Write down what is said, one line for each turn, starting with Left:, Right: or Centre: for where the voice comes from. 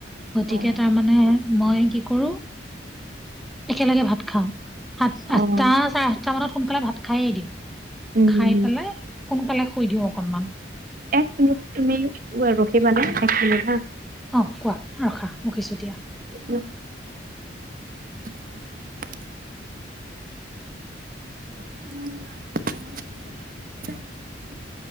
Centre: গতিকে
Right: অ',
Centre: তাৰমানে মই কি কৰোঁ একেলগে ভাত খাওঁ। সাত আঠটা
Right: অ',
Centre: চাৰে আঠটা মানত সোনকালে ভাত খাইে দিওঁ
Right: উম, হম,
Centre: খাই
Right: হম।
Centre: পেলাই সোনকালে শুই দিওঁ অকণমান।
Right: এক মিনিট তুমি ৰখিবা না এক মিনিট হা।
Centre: অ', কোৱা ৰখা ৰখিছোঁ দিয়া।
Right: <inaudible> <inaudible>